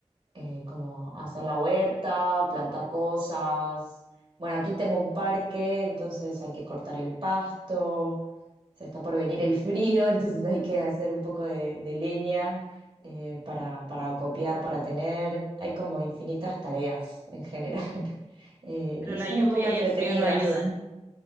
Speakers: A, on the right; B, on the right.
A: eh, como hacer la huerta, plantar cosas. Bueno, aquí tengo un parque, entonces hay que cortar el pasto, se está por venir el frío, <laughs> entonces hay que hacer un poco de, de leña eh, para, para copiar, para tener. Hay como infinitas tareas en general <laughs> eh,
B: Pero
A: y
B: la
A: son
B: lluvia
A: un poco entretenidas.
B: y el frío no ayudan.